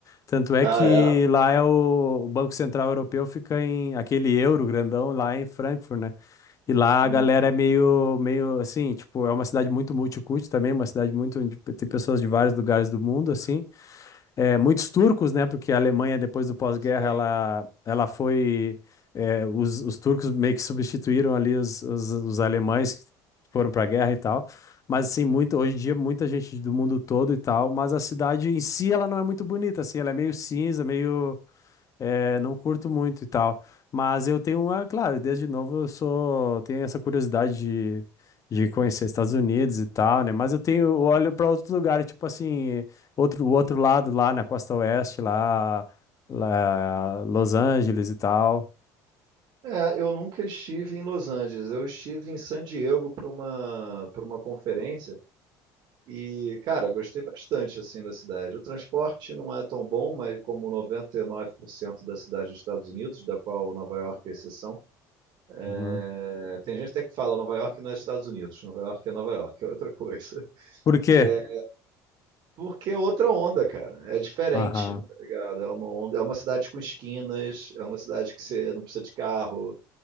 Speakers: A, on the left; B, on the right.
A: Tanto é
B: Ah,
A: que lá é o, o Banco Central Europeu fica em aquele euro grandão lá em Frankfurt, né? E lá
B: é?
A: a
B: Hum,
A: galera é meio meio assim, tipo, é uma cidade muito multicultural também, uma cidade muito onde tem pessoas de vários lugares do mundo assim é, muitos turcos, né? Porque a Alemanha, depois do pós-guerra,
B: Sim.
A: ela, ela foi. é, os, os turcos meio que substituíram ali os, os, os alemães que foram para a guerra e tal. Mas, assim, muito, hoje em dia, muita gente do mundo todo e tal. Mas a cidade em si, ela não é muito bonita, assim. Ela é meio cinza, meio. É, não curto muito e tal. Mas eu tenho uma, claro, desde novo eu sou, tenho essa curiosidade de, de conhecer Estados Unidos e tal, né? Mas eu tenho, eu olho para outro lugar, tipo assim, outro, o outro lado lá na costa oeste, lá, lá Los Angeles e tal.
B: É, eu nunca estive em Los Angeles. Eu estive em San Diego para uma, para uma conferência e, cara, gostei bastante assim da cidade. O transporte não é tão bom, mas como 99% da cidade dos Estados Unidos, da qual Nova York é exceção, é,
A: Uhum.
B: tem gente até que fala Nova York não é Estados Unidos, Nova York é Nova York, é outra coisa. <laughs>
A: Por quê?
B: É, Porque é outra onda, cara. É diferente,
A: Aham.
B: tá ligado? É uma onda, é uma cidade com esquinas, é uma cidade que você não precisa de carro,